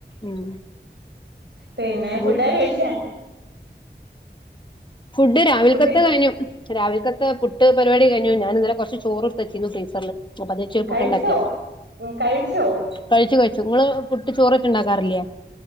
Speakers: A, on the left; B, on the right.
A: ഉം
B: പിന്നെ ഫുഡ
A: ഉം
B: കഴിച്ചെ
A: ഫുഡ് രാവിലത്
B: ഫുഡ്
A: കഴിഞ്ഞു രാവിലെക്കാതെ പുട്ട് പരിപാടി കഴിഞ്ഞു ഞാൻന്നെ കുറച്ച് ചോർ എടുത്തച്ചിരുന്നു ഫ്രീസറിില് അപ്പൊത്വെച്ച്
B: കഴിച്ചോ
A: പുട്ട്ണ്ടാക്കിയതാ
B: ഉം കഴിച്ചോ
A: കഴിച്ചു കഴിച്ചു നിങ്ങള് പുട്ട് ചോറ് പുട്ട് ഉണ്ടാറില്ല